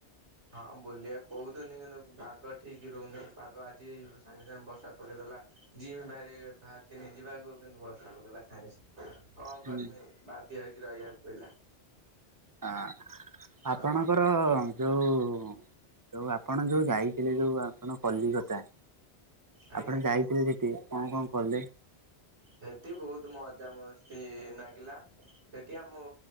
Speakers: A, on the right; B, on the right.
A: ହଁ ବୁଲିବା କହୁଥନି କିନ୍ତୁ ପାଗ ଠିକ୍ ରହୁନି ପାଗ ଆଜି ସାଙ୍ଗେ ସାଙ୍ଗେ ବର୍ଷା ପକେଇଦେଲା। ଯିମି ବାହାରି ବାହାରଥିନି ଯିବାକୁ କିନ୍ତୁ ବର୍ଷାପକେଇଲା ସାଙ୍ଗେ ସାଙ୍ଗେ। କଣ
B: ହୁଁ
A: କରମି ବାଧ୍ୟ ହେଇକି ରହିବାକୁ ପଇଲା।
B: ଅଁ
A: ହଁ
B: ଆପଣଙ୍କ ର ଯୋଉ, ଯୋଉ ଆପଣ ଯୋଉ ଯାଇଥିଲେ ଯୋଉ ଆପଣ କଲିକତା
A: ଆଜ୍ଞା
B: ଆପଣ ଯାଇଥିଲେ ସେଠି କଣ କଣ କଲେ?
A: ସେଠି ବହୁତ ମଜାମସ୍ତି ନାଗିଲା ସେଠି ଆମୋ